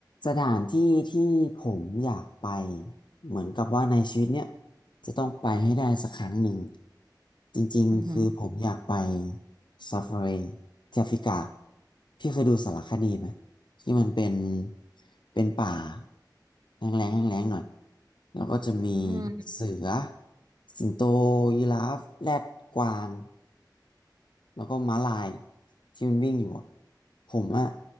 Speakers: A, on the left; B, on the right.
A: สถานที่ที่ผมอยากไปเหมือนกับว่าในชีวิตเนี้ยจะต้องไปให้ได้สักครั้งหนึ่งจริงๆคือผมอยากไป
B: อือหือ
A: ซาฟารีที่แอฟริกาพี่เคยดูสารคดีไหมที่มันเป็นเป็นป่าแห้งแล้งแห้งแล้งหน่อยแล้วก็จะมี
B: อืม
A: เสือสิงโตยีราฟแรดกวาง แล้วก็ม้าลายที่มันวิ่งอยู่อะผมอะ